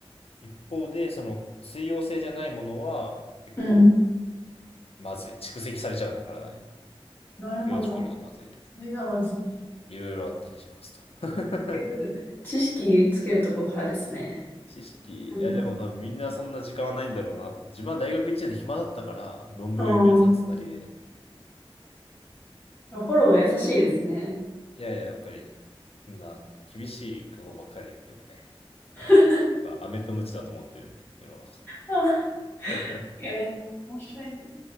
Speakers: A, on the left (about 80°); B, on the left (about 20°).
A: 一方で、その水溶性じゃないものは、結構
B: うん。
A: まずい。蓄積されちゃうんだ、体に。
B: なるほど。
A: 手を作るとまずいと。
B: それがまず、
A: いろいろあったりしますと。<laughs>
B: 結局知識つけるとこからですね。
A: 知識。
B: うん。
A: いや、でも多分みんなそんな時間はないんだろうなと。自分は大学1年の暇だったから、論文読み漁ってただけで。
B: うんフォローが優しいですね。
A: いやいや、やっぱり、そんな厳しいことばっかり言ってもね、
B: <laughs>
A: まあ、アメとムチだと思ってるんで、世の中。
B: あ、
A: <laughs>
B: いや、め面白い。